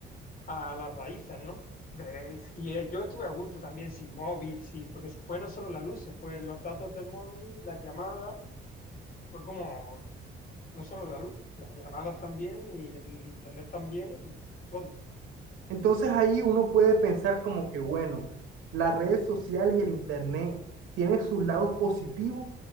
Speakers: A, on the left; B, on the right.
A: a las raíces, ¿no? De- y eh, yo estuve a gusto también sin móvil, sin, porque se fue no solo la luz, se fue los datos del móvil, las llamadas, fue como, no solo la luz, las llamadas también y el internet también y todo,
B: Entonces ahí uno puede pensar como que, bueno, las redes sociales y el internet tienen sus lados positivos,